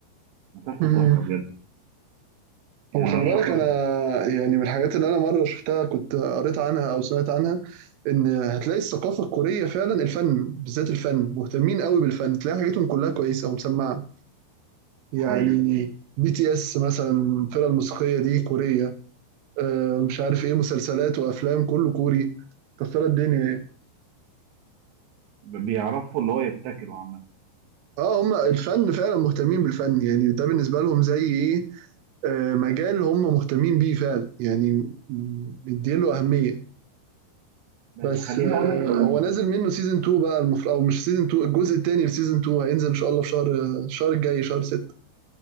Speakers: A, on the right; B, on the right.
A: مسلسل
B: مم.
A: تحفة بجد يعني
B: هو خلي
A: أرشح
B: بالك
A: لك
B: انا يعني من الحاجات اللي انا مره شفتها كنت قريت عنها او سمعت عنها ان هتلاقي الثقافه الكوريه فعلا الفن بالذات الفن مهتمين قوي بالفن تلاقي حاجاتهم كلها كويسه ومسمعه يعني
A: حقيقي
B: بي تي اس مثلا الفرقه الموسيقيه دي كوريه آه، مش عارف ايه مسلسلات وافلام كله كوري كسرت الدنيا يعني
A: ب- بيعرفوا اللي هو يبتكروا عامة
B: اه هم الفن فعلا مهتمين بالفن يعني ده بالنسبة لهم زي ايه آه، مجال هم مهتمين بيه فعلا يعني م- مديله أهمية
A: بس
B: بس
A: خليني
B: آه،
A: اقول لك احنا م-
B: هو نازل منه سيزون 2 بقى المفروض او مش سيزون 2 الجزء الثاني لسيزون 2 هينزل ان شاء الله في شهر الشهر الجاي شهر 6